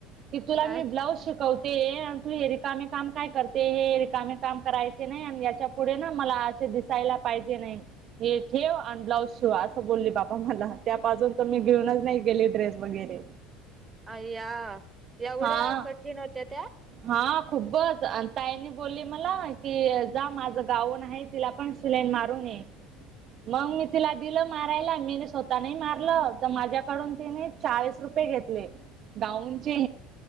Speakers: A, on the right; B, on the right.
A: की तुला
B: काय?
A: मी ब्लाउज शिकवते आणि तू हे रिकामे काम काय करते हे रिकामे काम करायच ते नाही याच्या पुढे ना मला असे दिसायला पाहिजे नाही हे ठेव आणि ब्लाऊज शिव असं बोलली बाबा मला त्या पासून तर मी घेऊनच नाही गेली ड्रेस वगैरे
B: अय्या एवढ्या
A: हा
B: कठीण होत्या त्या
A: हा खूबच अन् ताईनी बोलली मला की जा माझं गाऊन आहे तिला पण शिलाई मारून ये मग मी तिला दिलं मारायला मीन स्वतः नाही मारलं तर माझ्याकडून तिने चाळीस रुपये घेतले गाऊनचे